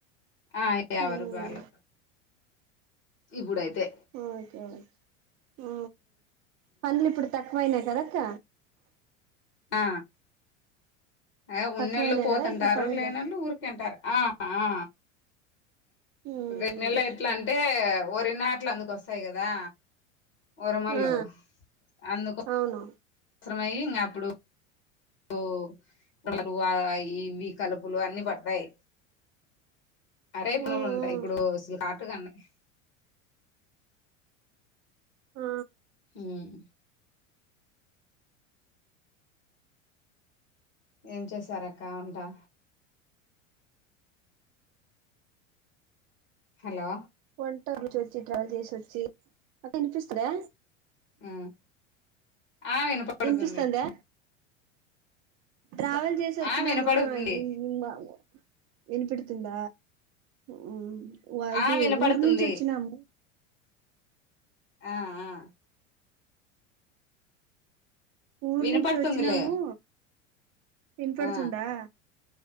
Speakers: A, on the left; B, on the right.
A: ఆ యాభై
B: మ్మ్
A: రూపాయలు ఇప్పుడైతే
B: ఓకే ఓకే ఉ పనులు ఇప్పుడు తక్కువైనాయి కదక్క.
A: ఆ ఆ ఉన్నోల్లు
B: తక్కువయినాయి
A: పోతంటారు
B: కదా ఇప్పుడు పనులు
A: లేనోల్లు ఊరికే ఉంటారు ఆ అ
B: మ్మ్
A: వెన్నెల ఎట్లంటే వరి నాట్లు అందుకొస్ వస్తాయి కదా గొరమల్లు
B: ఆ
A: అందుకు
B: అవును
A: అవసరమై ఇంకా అప్పుడు ఓ కలర్ అయి ఇవి కలుపులు అన్ని పడతాయి అరే పనులుంటయ్
B: మ్మ్ మ్మ్
A: ఇప్పుడు అసల్ <unintelligible>
B: ఆ
A: హుమ్ ఏం చేశారక్క వంటా హలో
B: వంట రుచొచ్చి ట్రావెల్ చేసి వచ్చి అక్కా ఇనిపిస్తుందా
A: ఆ ఆ వినపడుతుంది
B: ఇనిపిస్తుందా ట్రావెల్ చేసి వచ్చినామా
A: ఆ వినపడుతుంది
B: బా ఇనపడుతుంద హుమ్ వాయితి
A: ఆ వినపడుతుంది
B: ఊరు నుంచి వచ్చిన్నం
A: ఆ ఆ
B: ఊరు
A: వినపడుతుందిలే
B: నుంచి వచ్చినాము వినపడుతుందా
A: ఆ